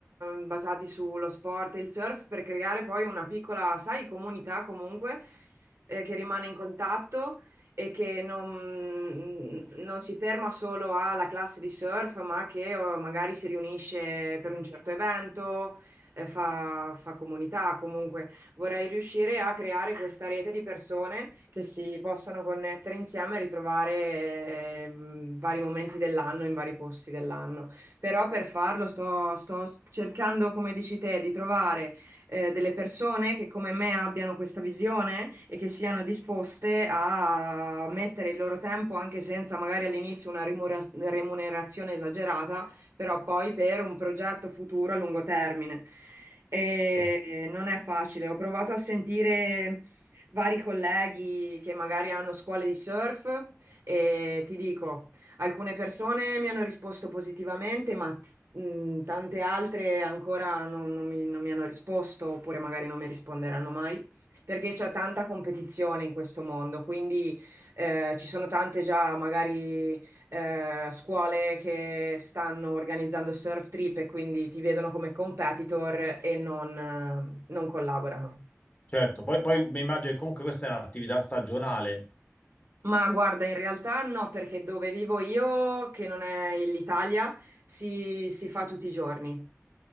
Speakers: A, on the right; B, on the left.
A: eh, basati sullo sport e il surf per creare poi una piccola, sai, comunità comunque eh, che rimane in contatto e che non, mm, non si ferma solo alla classe di surf, ma che eh, magari si riunisce per un certo evento, eh, fa fa comunità comunque vorrei riuscire a creare questa rete di persone che si possano connettere insieme e ritrovare ehm, vari momenti dell'anno in vari posti dell'anno. Però per farlo sto, sto cercando, come dici te, di trovare eh, delle persone che come me abbiano questa visione e che siano disposte a mettere il loro tempo, anche senza magari all'inizio una rimura- remunerazione esagerata però poi per un progetto futuro a lungo termine. E
B: no?
A: eh, non è facile. Ho provato a sentire vari colleghi che magari hanno scuole di surf e ti dico, alcune persone mi hanno risposto positivamente, ma mh, tante altre ancora non, non mi, non mi hanno risposto, oppure magari non mi risponderanno mai. Perché c'è tanta competizione in questo mondo, quindi eh, ci sono tante già magari eh, scuole che stanno organizzando surf trip e quindi ti vedono come competitor e non, eh, non collaborano.
B: Certo, poi, poi mi immagino che comunque questa è un'attività stagionale.
A: Ma guarda, in realtà no, perché dove vivo io, che non è l'Italia, si, si fa tutti i giorni.